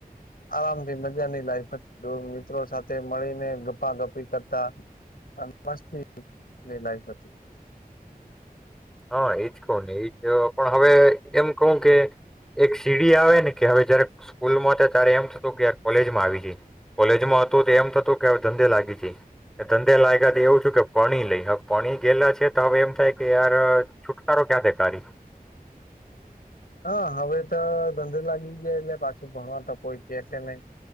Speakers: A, on the left; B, in the centre.
A: આરામ થી મજા લ મિત્રો સાથે મળીને ગપા ગપી કરતા, મસ્તી લફ હતી.
B: હા એજ કવ ને એજ પણ હવે એમ કહું કે, એક સીડી આવે ને કે હવે જયારે સ્કૂલમાં હતા ત્યારે એમ થતું કે કોલેજમાં આવી જાય, કોલેજમાં હતું તો એમ થતું કે હવે ધંધે લાગી જાય, ધંધે લાગ્યા તો એવું છું કે પણી લઈ હવે પણી ગયેલા છે તો હવે એમ થાય યાર કરો ક્યાં બેેકારારી.
A: હા હવે તો ધંધે લાગી ગયા એટલે પાછું ભણવા તો કોઈ કે છે નહી,